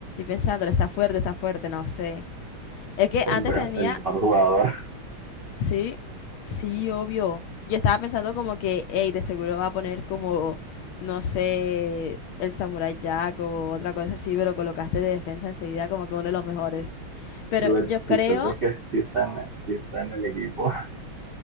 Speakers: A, on the left; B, on the right.
A: pensando, está fuerte, está fuerte, no sé. Es que
B: El,
A: antes
B: me-
A: tenía
B: el mejor jugador.
A: Sí, sí, obvio. Yo estaba pensando como que, hey, de seguro va a poner como, no sé, el Samurai Jack o otra cosa así, pero colocaste de defensa enseguida como que uno de los mejores.
B: <laughs>
A: Pero
B: Lo
A: yo creo,
B: chistoso es que sí está en, sí está en el equipo.